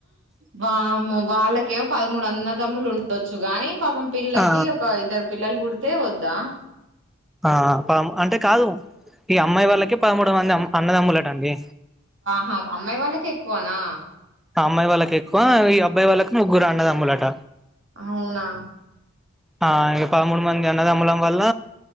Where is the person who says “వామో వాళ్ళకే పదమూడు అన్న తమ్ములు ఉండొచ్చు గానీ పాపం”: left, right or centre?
Right